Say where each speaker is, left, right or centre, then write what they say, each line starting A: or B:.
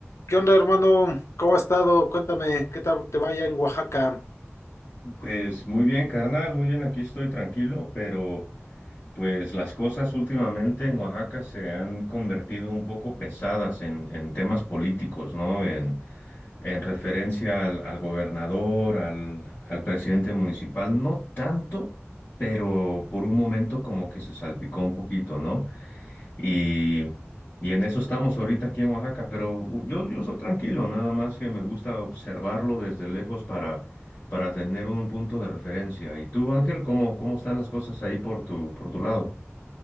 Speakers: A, on the left; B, on the left.
A: ¿Qué onda, hermano? ¿Cómo ha estado? Cuéntame, ¿qué tal te vaya en Oaxaca?
B: Pues muy bien, carnal, muy bien, aquí estoy tranquilo, pero pues las cosas últimamente en Oaxaca se han convertido un poco pesadas en, en temas políticos, ¿no? En, en referencia al, al gobernador, al, al presidente municipal, no tanto, pero por un momento como que se salpicó un poquito, ¿no? Y, y en eso estamos ahorita aquí en Oaxaca, pero u- yo, yo soy tranquilo, nada más que me gusta observarlo desde lejos para, para tener un punto de referencia. ¿Y tú, Ángel, cómo, cómo están las cosas ahí por tu, por tu lado?